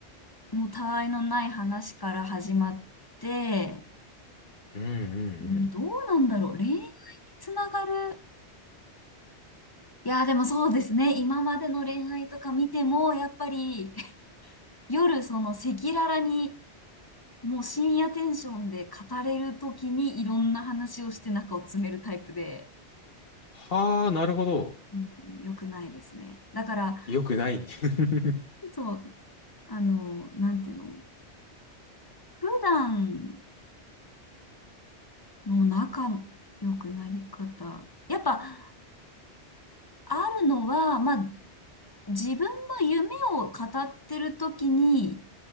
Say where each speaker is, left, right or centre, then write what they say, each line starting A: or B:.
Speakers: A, on the left; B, on the left.
A: もうたわいのない話から始まって、
B: うん。うんうんうん。
A: うんどうなんだろう、恋愛につながる。いや、でもそうですね。今までの恋愛とか見ても、やっぱり夜その赤裸々にもう深夜テンションで語れるときにいろんな話をして中を詰めるタイプで、
B: はあ、なるほど。
A: うん、良くないですね。だから、
B: よくない。<laughs>
A: そう、あの、なんていうの、普段の仲の良くなり方。やっぱ、あるのは、まあ、自分の夢を語ってるときに